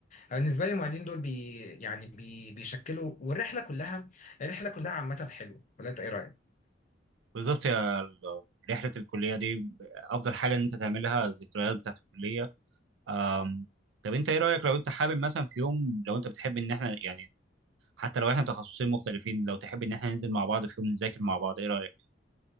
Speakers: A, on the left (about 40°); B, on the right (about 75°).
A: أنا بالنسبه لي المعيدين دول بي يعني بي بيشكلوا والرحله كلها الرحله كلها عامه حلوه ولا انت ايه رايك
B: بالظبط يا ال- رحله الكليه دي افضل حاجه ان انت تعملها الذكريات بتاعت الكليه أم، طب انت ايه رايك لو انت حابب مثلا في يوم لو انت بتحب ان احنا يعني حتى لو احنا تخصصين مختلفين لو تحب ان احنا ننزل مع بعض في يوم نذاكر مع بعض ايه رايك